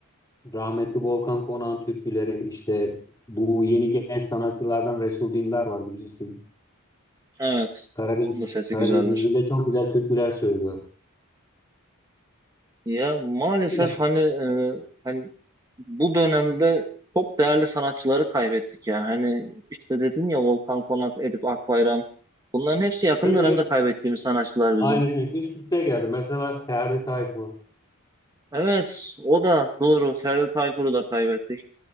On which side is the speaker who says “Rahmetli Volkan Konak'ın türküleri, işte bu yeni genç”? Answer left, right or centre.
Left